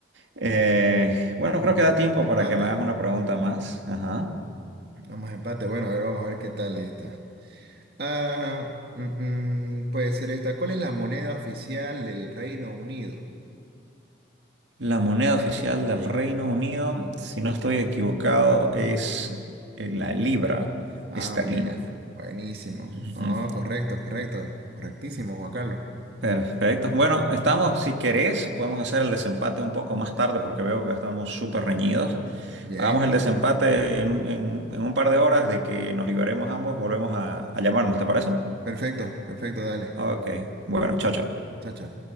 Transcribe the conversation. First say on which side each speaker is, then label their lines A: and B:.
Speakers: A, on the right; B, on the right.
A: Eh, bueno,
B: Em-
A: creo que da tiempo
B: empate.
A: para que me hagas una pregunta más. Ajá.
B: Vamos a empate. Bueno, a ver, vamos a ver qué tal está. Ah, mm, mm, puede ser esta. ¿Cuál es la moneda oficial del Reino Unido?
A: La moneda oficial del Reino Unido, si no estoy equivocado, es eh, la libra
B: Ah,
A: esterlina.
B: bien, buenísimo.
A: Ujú.
B: No, correcto, correcto, correctísimo, Juan Carlos.
A: Perfecto. Bueno, estamos, si querés, podemos hacer el desempate un poco más tarde porque veo que estamos súper reñidos.
B: Bien,
A: Hagamos el desempate en un, en- en un par de horas de que nos liberemos ambos, volvemos a, a llamarnos, ¿te parece?
B: perfecto, perfecto, dale.
A: Ok, bueno, chao, chao.
B: Chao, chao.